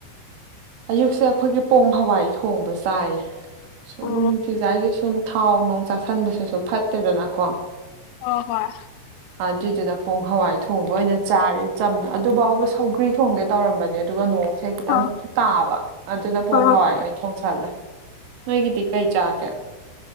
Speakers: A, on the right; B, on the left.
A: ꯑꯌꯨꯛꯁꯦ ꯈꯣꯏꯒꯤ ꯄꯣꯡ ꯍꯋꯥꯏ ꯊꯣꯡꯕ ꯆꯥꯏꯌꯦ
B: ꯑꯣ
A: ꯁꯨꯝ ꯅꯨꯡꯇꯤꯖꯥꯏꯒꯤ ꯁꯨꯝ ꯊꯥꯎ ꯅꯨꯡ ꯆꯥꯥꯁꯟꯕꯁꯤꯁꯨ ꯐꯠꯇꯦꯗꯅꯀꯣ
B: ꯍꯣ ꯍꯣꯏ
A: ꯑꯗꯨꯏꯗꯨꯅ ꯄꯣꯡ ꯍꯋꯥꯏ ꯊꯣꯡꯕ ꯑꯣꯏꯅ ꯆꯥꯔꯦ ꯆꯝꯅ ꯑꯗꯨꯐꯥꯎꯕ ꯁꯧꯒ꯭ꯔꯤ ꯊꯣꯡꯒ‌ꯦ ꯇꯧꯔꯝꯕꯅꯦ ꯑꯗꯨꯒ ꯅꯣꯡꯁꯦ ꯈꯤꯇꯪ
B: ꯑ
A: ꯇꯥꯕ ꯑꯗꯨꯅ ꯄ‍ꯣꯡ
B: ꯑ ꯑꯣ
A: ꯍꯋꯥꯏ ꯑꯣꯏꯅ ꯊꯣꯡꯁꯜꯂꯦ ꯅꯣꯏꯒꯤꯗꯤ ꯀꯩꯆꯥꯒꯦ